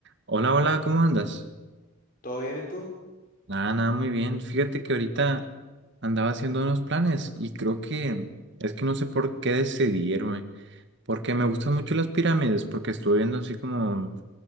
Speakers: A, on the right; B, on the left.
A: Hola, hola, ¿cómo andas?
B: ¿Todo bien y tú?
A: Nada, nada, muy bien. Fíjate que ahorita andaba haciendo unos planes y creo que es que no sé por qué decidirme, porque me gustan mucho las pirámides, porque estuve viendo así como,